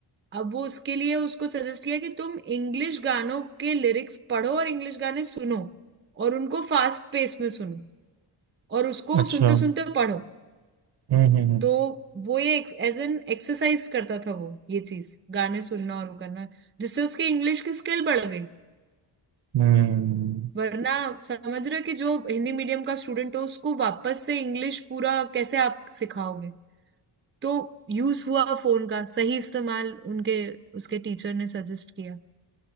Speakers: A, on the right; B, on the right.
A: अब वो उसके लिए उसको सजेस्ट किया कि तुम इंग्लिश गानों के लिरिक्स पढ़ो और इंग्लिश गाने सुनो और उनको फास्ट पेस में सुनो और उसको
B: अच्छा
A: सुनते
B: हम्म,
A: सुनते पढ़ो
B: हम्म,
A: तो वो ये एज एन एक्सरसाइज करता था वो ये चीज गाने सुनना और वो करना जिससे उसके इंग्लिश की स्किल बढ़ गई
B: हम्म।
A: वरना समझ रहे हो कि जो हिंदी मीडियम का स्टूडेंट हो उसको वापस से इंग्लिश पूरा कैसे आप सिखाओगे तो यूज हुआ फोन का सही इस्तेमाल उनके उसके टीचर ने सजेस्ट किया